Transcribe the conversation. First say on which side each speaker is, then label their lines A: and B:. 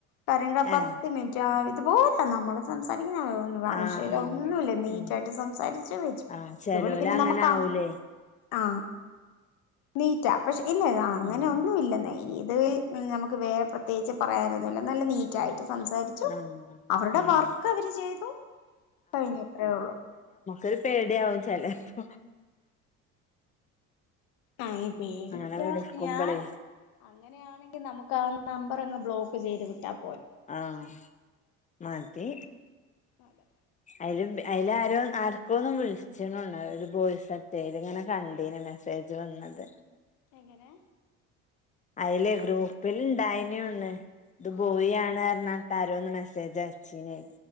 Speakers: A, on the left; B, on the left.
A: കാര പത്ത്
B: ഏഹ്
A: മിനിറ്റ് ആ അതുപോലെ നമ്മള് സംസാ ഒ വഴഷല്ല
B: ആഹ് ആഹ്
A: ഒന്നുമല്ല നീറ്റായിട്ട്
B: ഉം
A: സംസാരിച്ച വച്ചു
B: ആഹ് ചെലോല്
A: ഇതുപോലെ പിന്നെ
B: അങ്ങനെ
A: നമക്കാ
B: ആവൂലേ
A: ആ നീറ്റാ പക്ഷെ ഇല്ല അങ്ങനെയ
B: ഉം
A: ഒന്നും ഇില്ലെന്ന ഇത് നമുക്ക് വേറെ പ്രത്യേകിച്ച് പറയാനൊന്നുമില്ല നല്ല നീറ്റ ആയിട്ട് സംസാരിച്ചു
B: ആഹ്
A: അവരുടെ
B: ഉം
A: വർക്ക് അവര് ചെയ്തു കഴിഞ്ഞു അത്രയേ ഉള്ളു
B: ഒരു പേടിയവും ചലപ്പ
A: ആ പേടിക്കാ
B: അങ്ങനെ വിളിക്കുമ്പളേ
A: ഞാനും അങ്ങനെയാണെങ്കിൽ നമുക്കാ അപ്പറ അങ് ബ്ലോക്ക് ചെയ്ത് വിട്ടാം
B: ആഹ മതി
A: അതെ
B: അതില് അതിൽ ആരോ ആർക്കും ഒന്നും വിളിച്ചണണ്ട ഒരു വോയിസ ചെയ്ത് ഇങ്ങനെ കണ്ടീനെ മെസ്സേജ് വന്നത്
A: എങ്ങനെ
B: അതിലെ ഗ്രൂപ്പിൽ ഇണ്ടായനുണ് ഇത്
A: ആ
B: ബോയി
A: ആ
B: ആണ് ർന് താരോ ഒന്ന് മെസ്സേജ് അയച്ചനേ